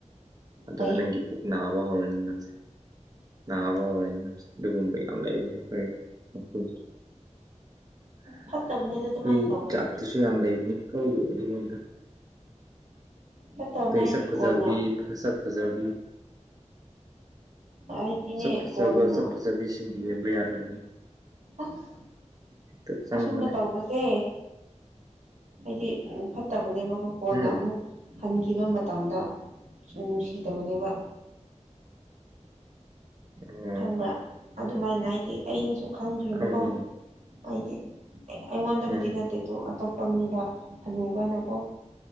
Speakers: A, on the right (about 30°); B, on the right (about 70°).
A: ꯑꯗꯨꯒ
B: ꯐꯩ
A: ꯅꯪꯒꯤ ꯄꯨꯛ ꯅꯥꯕ ꯍꯧꯔꯅꯤ ꯅꯪꯁꯦ ꯅꯕ ꯍꯧꯔꯅꯤ ꯑꯗꯨꯒꯨꯝꯕꯩ ꯌꯥꯝ ꯂꯩꯕꯅꯦ ꯈꯣꯢ ꯑꯩꯈꯣꯏ
B: ꯐꯠꯇꯕꯅꯤꯗ ꯑꯗꯨꯃꯥꯏꯅ ꯇꯧꯕꯗꯨꯗꯤ
A: ꯆꯥꯠ ꯁꯨ ꯌꯥꯝ ꯂꯩꯕꯅꯤꯀꯣ ꯑꯗꯨꯀꯨꯝꯕ
B: ꯐꯠꯇꯕꯅꯦ
A: ꯑꯗꯩ
B: ꯍꯥꯏꯗꯤ
A: ꯁꯛ ꯐꯖꯕꯤ
B: ꯀꯣꯟꯅ
A: ꯐꯖ ꯐꯖꯕꯤ
B: ꯍꯥꯏꯗꯤꯅꯦ
A: ꯁꯛ ꯐꯖꯕ
B: ꯀꯣꯟꯅ
A: ꯁꯛ ꯐꯖꯕꯤꯁꯤꯡ ꯌꯦꯡꯕ ꯌꯥꯗꯕꯅꯤ
B: ꯑꯁ
A: ꯍꯦꯛꯇ ꯆꯪꯕꯅꯦ
B: ꯑꯁꯨꯝꯕ ꯇꯧꯕꯁꯦ ꯍꯥꯏꯗꯤ ꯐꯠꯇꯕꯅꯦꯕꯀꯣ ꯀꯣꯟꯅ
A: ꯎꯝ
B: ꯑꯃꯨꯛ ꯍꯟꯈꯤꯕ ꯃꯇꯝꯗ ꯅꯨꯡꯁꯤꯗꯕꯅꯦꯕ
A: ꯎꯝ
B: ꯈꯪꯕ꯭ꯔꯥ ꯑꯗꯨꯃꯥꯏꯅ ꯍꯥꯏꯗꯤ ꯑꯩꯅꯁꯨ ꯈꯪꯈ꯭ꯔꯦꯕꯀꯣ
A: ꯈꯪꯗꯦꯅꯦ
B: ꯍꯥꯏꯗꯤ ꯑꯩꯉꯣꯟꯗꯕꯨꯗꯤꯅꯠ
A: ꯎꯝ
B: <unintelligible> ꯑꯇꯣꯞꯄ ꯃꯤꯗ ꯍꯅꯨꯕꯅꯀꯣ